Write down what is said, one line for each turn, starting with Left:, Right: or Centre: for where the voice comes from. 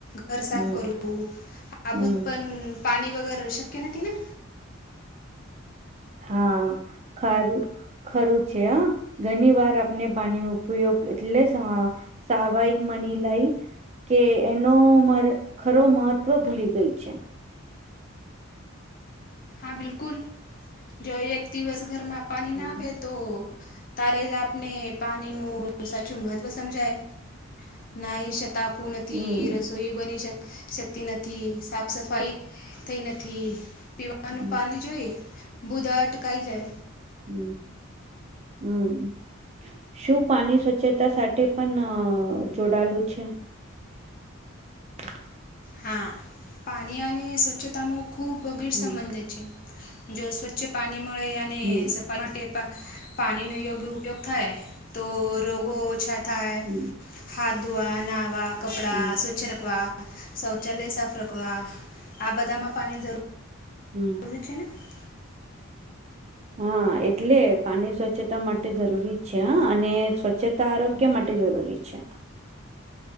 Left: ઘર સાફ
Right: હમ
Left: કરું, આબુત
Right: હમ
Left: પણ પાણી વગર શક્ય નથી ને.
Right: હા ખરું ખરું છે હ. ઘણી વાર આપને પાણીનો ઉપયોગ એટલે સ્વાવાયિક મની <unintelligible> લાય કે એનો ખરો મહત્વ ભૂલી ગય છે.
Left: હા બિલકુલ જો એક દિવસ ઘરમાં પાણી
Right: હમ
Left: ના આવે તો તારે જ આપને પાણીનું સાચું મહત્ત્વ સમજાય. ના શતાકુન ત
Right: હમ
Left: રસ તો એ બની શક શકતી નથી, સાફ સફાઈ થઈ નથી, ન
Right: હમ
Left: પાણી જોઈ બુધા અટકાઈ જાય.
Right: હમ્મ. હમ્મ શું પાની સ્વચ્છતા સાથે પણ જોડાયેલું છે. <inaudible>
Left: હા પાણી અને સ્વચ્છતાનો ખૂબ વગીર
Right: હમ
Left: <unintelligible> સંબંધ છે. જો સ્વચ્છ પાણી મળે અને
Right: હમ
Left: માટે પાણીનો યોગ્ય ઉપયોગ થાય તો રોગો ઓછા થાય
Right: હમ
Left: હાથ ધોવા નાવા, કપડા
Right: હમ
Left: સ્વચ્છ રખવા, શૌચાલય સાફ રખવા આ બધામાં પાણી ધરૂ
Right: હમ્મ.
Left: <inaudible>
Right: હા એટલે પાણી સ્વચ્છતા માટે જરૂરી જ છે હા અને સ્વચ્છતા તો આરોગ્ય માટે જરૂરી છે.